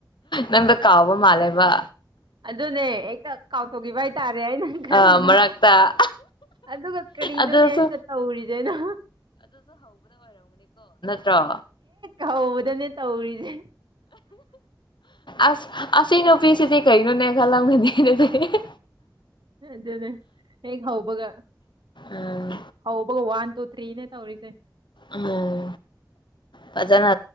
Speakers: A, on the left (about 85°); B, on the right (about 80°).
A: ꯅꯪꯗꯣ ꯀꯥꯎꯕ ꯃꯥꯜꯂꯦꯕ
B: ꯑꯗꯨꯅꯦ ꯍꯦꯛꯇ ꯀꯥꯎꯊꯣꯛꯈꯤꯕ ꯍꯥꯏꯇꯥꯔꯦ ꯑꯩꯅ ꯈꯟꯕꯗ
A: ꯑ ꯃꯔꯛꯇ
B: ꯑꯗꯨꯒ ꯀꯔꯤꯅꯣꯅꯦ
A: ꯑꯗꯨꯁꯨ
B: ꯑꯩꯅ ꯇꯧꯔꯤꯖꯦꯅ
A: ꯔꯣ
B: ꯍꯧꯕꯗꯅꯦ ꯇꯧꯔꯤꯖꯦ
A: ꯑꯁ ꯑꯁꯤ ꯅꯨꯄꯤꯁꯤꯗꯤ ꯀꯩꯅꯣꯅꯦ ꯈꯂꯝꯒꯅꯤ ꯑꯗꯨꯗꯤ ꯍꯦ ꯍꯦ
B: ꯑꯗꯨꯅꯦ ꯍꯦꯛ ꯍꯧꯕꯒ
A: ꯎꯝ
B: ꯍꯧꯕꯒ ꯋꯥꯟ ꯇꯨ ꯊ꯭ꯔꯤꯅꯦ ꯇꯧꯔꯤꯁꯦ
A: ꯑꯥ ꯐꯖꯅ